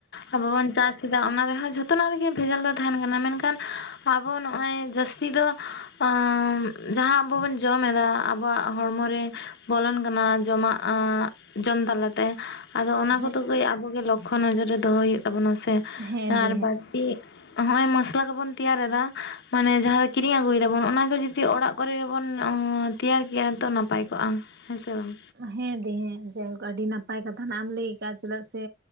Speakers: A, on the left; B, on the right.
A: ᱟᱵᱚ ᱵᱚᱱ ᱪᱟᱥ ᱮᱫᱟ ᱚᱱᱟ ᱨᱮᱦᱚᱸ ᱡᱷᱚᱛᱚᱱᱟᱜ ᱨᱮᱜᱮ ᱵᱷᱮᱡᱟᱞ ᱫᱚ ᱛᱟᱦᱮᱱ ᱠᱟᱱᱟ ᱢᱮᱱᱠᱷᱟᱱ ᱟᱵᱚ ᱱᱚᱜᱼᱚᱭ ᱡᱟᱹᱥᱛᱤ ᱫᱚ ᱮ ᱡᱟᱦᱟᱸ ᱟᱵᱚ ᱵᱚᱱ ᱡᱚᱢ ᱮᱫᱟ ᱟᱵᱚᱣᱟᱜ ᱦᱚᱲᱢᱚᱨᱮ ᱵᱚᱞᱚᱱ ᱠᱟᱱᱟ ᱡᱚᱢᱟᱜ ᱡᱚᱢ ᱛᱟᱞᱟᱛᱮ ᱟᱫᱚ ᱚᱱᱟ
B: ᱦᱮᱸ
A: ᱠᱚᱫᱚ ᱵᱷᱟᱹᱭ ᱟᱵᱚᱜᱮ ᱞᱚᱠᱠᱷᱚ ᱱᱚᱡᱚᱨ ᱨᱮ ᱫᱚᱦᱚᱭ ᱦᱩᱭᱩᱜ ᱛᱟᱵᱚᱱᱟ ᱥᱮ
B: ᱦᱮᱸ
A: ᱟᱨ
B: ᱫᱤ
A: ᱵᱟᱹᱲᱛᱤ
B: ᱦᱮᱸ
A: ᱦᱚᱜ ᱚᱭ ᱢᱚᱥᱞᱟ ᱠᱚᱵᱚᱱ ᱛᱮᱭᱟᱨᱮᱫᱟ᱾ ᱢᱟᱱᱮ ᱡᱟᱦᱟᱸ ᱫᱚ ᱠᱤᱨᱤᱧ ᱟᱹᱜᱩᱭ ᱫᱟᱵᱚᱱ ᱚᱱᱟ ᱜᱮ ᱡᱩᱫᱤ ᱚᱲᱟᱜ ᱠᱚᱨᱮ ᱜᱮ ᱵᱚᱱ ᱛᱮᱭᱟᱨ ᱠᱮᱭᱟ ᱛᱚ ᱱᱟᱯᱟᱭ ᱠᱚᱜᱼᱟ᱾ ᱦᱮᱸ ᱥᱮ ᱵᱟᱝ
B: ᱦᱮᱸ ᱫᱤ ᱦᱮᱸ ᱡᱟᱭᱦᱳᱠ ᱟᱹᱰᱤ ᱱᱟᱯᱟᱭ ᱠᱟᱛᱷᱟ ᱦᱟᱸᱜ ᱮᱢ ᱞᱟᱹᱭ ᱟᱠᱟᱟᱜ-ᱟ ᱪᱮᱫᱟᱜ ᱥᱮ